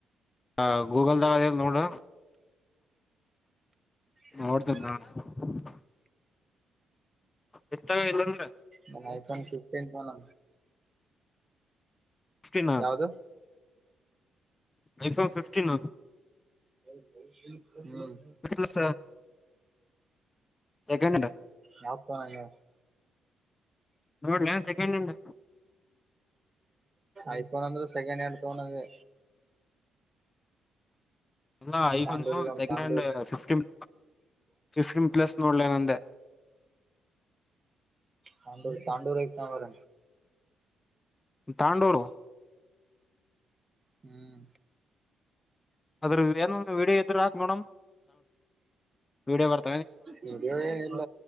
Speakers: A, on the left (about 20°); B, on the right (about 25°).
A: ಹ ಗೂಗಲ್ದ ಆದ ನೋಡೂ
B: ಹ್ಮ್
A: ನೋಡ್ತೀನಿ ತಗೋ ಅಣ್ಣ ಎತ್ತಾಗ ಇಲ್ಲಲ್ರ
B: ಹ್ಮ್ ಐಫೋನ್ ಫಿಫ್ಟೀನ್ ತಗೋಣ
A: ಫಿಫ್ಟೀನ್
B: ಯಾವದೂ
A: ಐಫೋನ್ ಫಿಫ್ಟೀನ್
B: <unintelligible> ಹ್ಮ
A: ಪ್ಲಸ್ ಸೆಕೆಂಡ್ ಹ್ಯಾಂಡ
B: ಯಾವ ಫೋನು
A: ನೋಡ್ಲ ಸೆಕೆಂಡ್ ಹ್ಯಾಂಡ್
B: ಐಫೋನ್ ಅಂದ್ರೆ ಸೆಕೆಂಡ್ ಹ್ಯಾಂಡ್ ತೋನದೆ
A: ಎಲ್ಲ ಐಫೋನ್
B: ತಾಂಡೂರಿ
A: ಸೆಕೆಂಡ್
B: ತಾಂಡೂರಿ
A: ಹ್ಯಾಂಡ್ ಫಿಫ್ಟೀನ್ ಫಿಫ್ಟೀನ್ ಪ್ಲಸ್ ನೋಡ್ಲೇನಂದೆ
B: ತಾಂಡೂರು ತಾಂಡೂರು ಐತನವರ
A: ತಾಂಡೂರು
B: ಹ್ಮ್
A: ಅದ್ರನ ವೀಡಿಯೋ ಇಡೀ ಹಾಕ ನೋಡಮ್ ವೀಡಿಯೋ ಬರ್
B: ವಿಡಿಯೋ ಏನು ಇಲ್ಲ